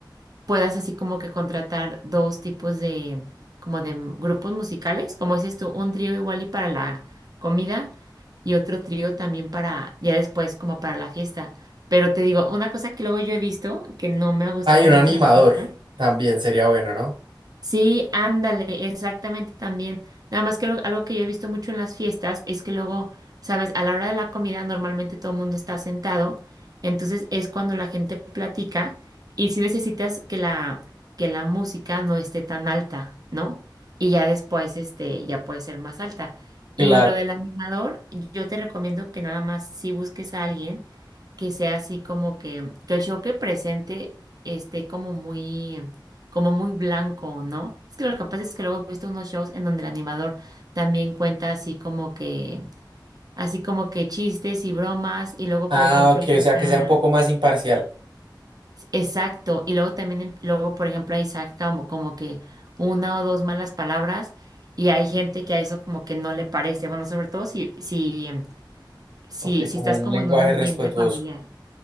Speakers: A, on the right; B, on the right.
A: puedas así como que contratar dos tipos de, como de m- grupos musicales, como dices tú, un trío igual y para la comida y otro trío también para, ya después, como para la fiesta. Pero te digo, una cosa que luego yo he visto que no me ha gustado
B: Hay un
A: mucho
B: animador.
A: en la fiesta
B: También sería bueno, ¿no?
A: Sí, ándale, exactamente también. Nada más que lo- algo que yo he visto mucho en las fiestas es que luego, sabes, a la hora de la comida normalmente todo el mundo está sentado, entonces es cuando la gente platica y si necesitas que la, que la música no esté tan alta, ¿no? Y ya después, este, ya puede ser más alta.
B: claro.
A: Y lo del animador, yo te recomiendo que nada más si busques a alguien que sea así como que, que el show que presente esté como muy como muy blanco, ¿no? Es que lo que pasa es que luego he visto unos shows en donde el animador también cuenta así como que, así como que chistes y bromas, y luego,
B: Ah,
A: por ejemplo,
B: ok,
A: saca-
B: o sea, que sea un poco más imparcial.
A: exacto, y luego también, em- luego, por ejemplo, ahí saca como, como que una o dos malas palabras, y hay gente que a eso como que no le parece, bueno, sobre todo si, si, si,
B: Ok,
A: si
B: como
A: estás
B: un
A: como
B: lenguaje
A: en un ambiente
B: respetuoso.
A: familiar.